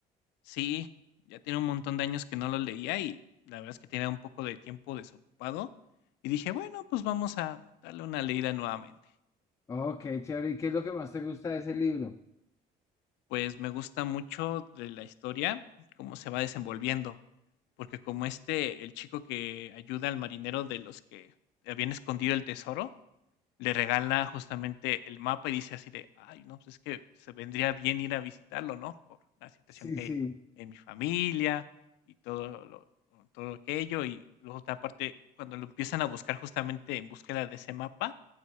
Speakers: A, on the left (about 80°); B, on the left (about 20°).
A: Sí, ya tiene un montón de años que no lo leía y la verdad es que tenía un poco de tiempo desocupado. Y dije, bueno, pues vamos a darle una leída nuevamente.
B: Oh, qué chévere. ¿Y qué es lo que más te gusta de ese libro?
A: Pues me gusta mucho de la historia, cómo se va desenvolviendo, porque como este, el chico que ayuda al marinero de los que habían escondido el tesoro, Le regala justamente el mapa y dice así de: "Ay, no, pues es que se vendría bien ir a visitarlo, ¿no? Por la situación
B: Sí,
A: que
B: sí,
A: hay en mi familia y todo lo todo aquello", y luego otra parte, cuando lo empiezan a buscar justamente en búsqueda de ese mapa,